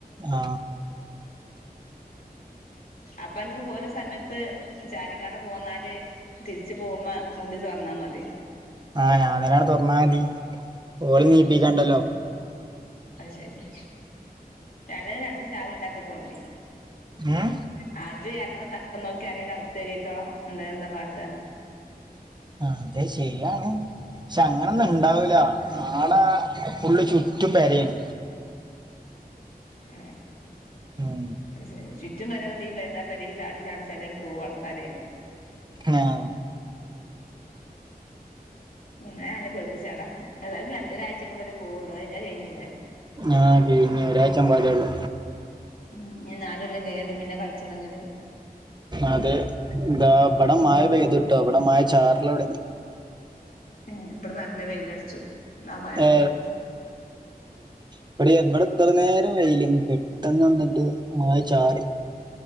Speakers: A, on the right (about 25°); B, on the left (about 65°).
A: ആ
B: അപ്പൊ അനക്ക് പോര്ണ സമയത്ത് ചാരികാണ്ട് പോന്നാല് തിരിച്ചു പോകുമ്പോ ഉന്തി തുറന്നാൽ മതി
A: ആഹല് ഞാൻ തന്നെയാണ്ട് തൊറന്നാൽ മതി ഓള്
B: ആഹ്
A: നീപ്പിക്കണ്ടല്ലോ
B: അഹ് അത് ശരി ഏതായാലും രണ്ട് ചാവി ഉണ്ടാക്കിക്കോണ്ടി
A: ഉം
B: ആഹ് ഇജ് എറങ്ങണ തക്കം നോക്കി ആരെങ്കിലും ഔത്ത് കേറീട്ടോ ഉണ്ടായിരുന്നെങ്കിൽ എന്താട്ട
A: ആഹ് അത് ശര്യാണ് പക്ഷെ അങ്ങനൊന്നും ഇണ്ടാവൂല
B: ആഹ്
A: ആടെ ഫുള്ള് ചുറ്റും പെരേണ്
B: ഏ ഹ്
A: ഉം.
B: അത് ശരി ചുറ്റും പെര ആണെങ്കിൽ ഈ പെരീന്ന് ആ പെരേക്ക് ചാടി ചാടി ചാടിയാണ്ട് പോകും ആൾക്കാര്
A: ആഹ്
B: ഉംഞാൻ അന്നെ പേടിപ്പിച്ചാടാ എന്തായാലും ഒരാഴ്ച്ചയും കൂടെ അല്ലെ ഇജ്‌ പോവള്ളൂ അത് കയിഞ്ഞാ കഴിഞ്ഞില്ലേ
A: ആ എടീ ഇഞ് ഒരാഴ്ച്ച പാടെ ഒള്ളൂ
B: ഇഞ്ഞ് നാലൊല്ലം കയ്യണ്ടേ പിന്നെ കളിച്ചണങ്കില്
A: അതെ ഇന്താ ഇവിടെ
B: ഉം
A: മഴ പെയ്ത്ട്ടോ ഇവിടെ മഴ ചാറലൊട്ങ്ങി
B: ഉം ഇവിടെ നല്ല വെയിലടിച്ചു ഇന്നാ മഴ
A: ഏ,
B: പോയി
A: ഇവിടെ ഇവിടെ ഇത്ര നേരം വെയിലയ്നി പെട്ടെന്ന് വന്നിട്ട് മഴ ചാറി